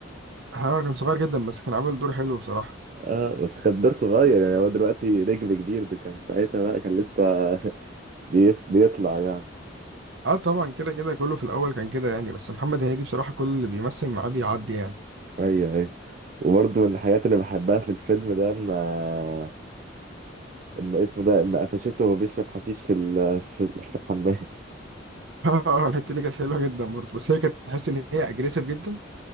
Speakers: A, on the right; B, on the right.
A: ها كان صغير جدا بس كان عامل دور حلو بصراحة
B: اه بس كان دور صغير يعني هو دلوقتي نجم كبير ده كان ساعتها بقى كان لسه بيس بيطلع يعني
A: اه طبعا كده كده كله في الاول كان كده يعني بس محمد هنيدي بصراحة كل اللي بيمثل معاه بيعدي يعني
B: ايوه ايوه وبرضه من الحاجات اللي بحبها في الفيلم ده اما اما اسمه ده اما قفشته وهو بيشرب حشيش في ال... في في الحمام <laughs>
A: <laughs> اه الحتة دي كانت حلوة جدا برضه بس هي كانت تحس ان هي اجريسيف جدا